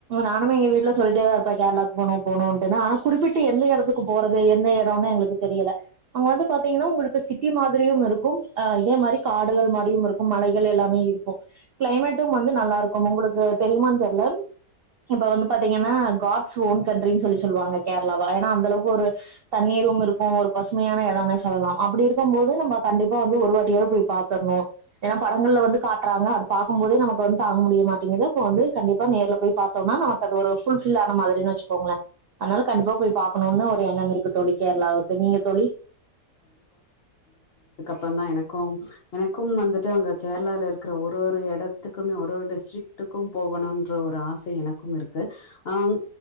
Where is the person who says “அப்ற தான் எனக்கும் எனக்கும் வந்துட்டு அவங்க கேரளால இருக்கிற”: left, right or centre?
Left